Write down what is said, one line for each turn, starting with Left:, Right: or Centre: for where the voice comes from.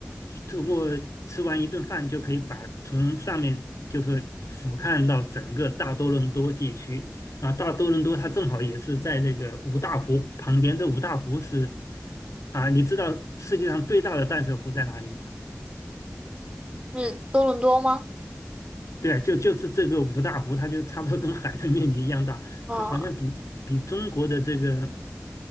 Left: 通过吃完一顿饭就可以把从上面就是俯瞰到整个大多伦多地区啊。大多伦多它正好也是在那个五大湖旁边，这五大湖是啊，你知道世界上最大的淡水湖在哪里吗？
Right: <laughs> 是多伦多吗？
Left: 对，就就是这个五大湖，它就差不多跟海的面积一样大，
Right: 啊，
Left: 它好像比比中国的这个。